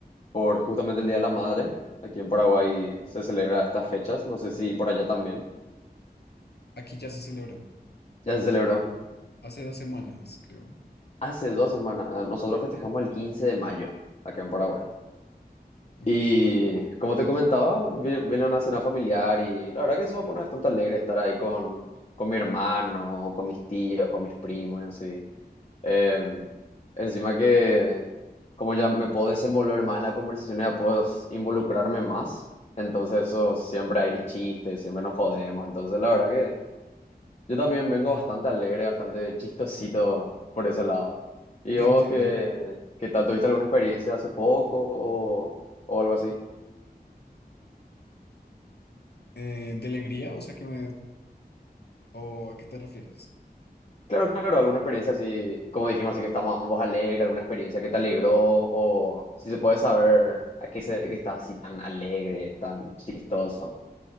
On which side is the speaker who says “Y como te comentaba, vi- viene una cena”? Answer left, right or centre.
Left